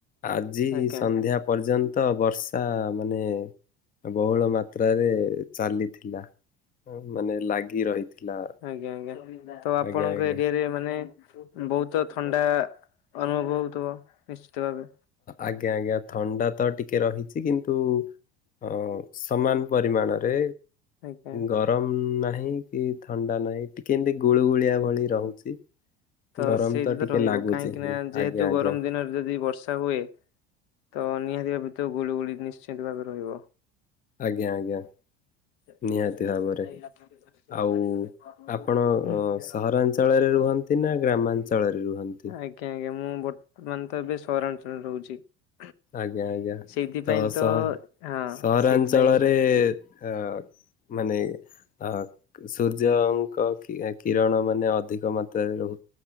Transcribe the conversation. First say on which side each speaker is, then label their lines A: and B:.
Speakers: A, on the left (about 25°); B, on the left (about 55°).
A: ଆଜି
B: ଆଜ୍ଞା।
A: ସନ୍ଧ୍ୟା ପର୍ଯ୍ୟନ୍ତ ବର୍ଷା ମାନେ ମାନେ ବହୁଳ ମାତ୍ରାରେ ଚାଲିଥିଲା। ମାନେ ଲାଗି ରହିଥିଲା।
B: ଆଜ୍ଞା ଆଜ୍ଞା ତ ଆପଣଙ୍କ
A: ଆଜ୍ଞା ଆଜ୍ଞା।
B: ଏରିଆ ରେ ମାନେ ବହୁତ ଥଣ୍ଡା ଅନୁଭବ ହଉଥିବ ନିଶ୍ଚିତ ଭାବେ
A: ଆଜ୍ଞା ଆଜ୍ଞା ଥଣ୍ଡା ତ ଟିକେ ରହିଛି। କିନ୍ତୁ ଅ ସମାନ ପରିମାଣରେ
B: ଆଜ୍ଞା
A: ଗରମ ନାହିଁ। ନାହିଁ କି ଥଣ୍ଡା ନାହିଁ ଟିକେ ଏମତି ଗୁଳୁ ଗୁଳିଆ ଭଳି ରହୁଛି।
B: ତ
A: ଗରମ
B: ସେଇଟା ତ
A: ଟିକେ
B: ରହିବ
A: ଲାଗୁଛି
B: କାହିଁକି ନା
A: ହିଁ
B: ଯେହେତୁ
A: ଆଜ୍ଞା ଆଜ୍ଞା
B: ଗରମ ଦିନରେ ଯଦି ବର୍ଷା ହୁଏ, ତ ନିହାତି ଭାବେ ଭିତ ଗୁଳିୁଗୁଳି ନିଶ୍ଚିନ୍ତ ଭାବେ ରହିବ।
A: ଆଜ୍ଞା ଆଜ୍ଞା
B: <unintelligible>
A: ନିହାତି ଭାବରେ।
B: ଆଜ୍ଞା ଆଜ୍ଞା
A: ଆଉ ଆପଣ
B: ମୁଁ
A: ଅ, ସହରାଞ୍ଚଳରେ
B: ମାନେ
A: ରୁହନ୍ତି ନା
B: ତ
A: ଗ୍ରାମାଞ୍ଚଳରେ ରୁହନ୍ତି?
B: ଏବେ ସହରାଞ୍ଚଳରେ ରହୁଛି
A: ଆଜ୍ଞା ଆଜ୍ଞା
B: ସେଇଥିପାଇଁ ତ
A: ସହ
B: ହଁ
A: ସହରାଞ୍ଚଳରେ
B: ସେଇଥିପାଇଁ
A: ଅ ମାନେ ଆ ସୂର୍ଯ୍ୟଙ୍କ କିରଣ ମାନେ ଅଧିକ ମାତ୍ରାରେ ରହୁ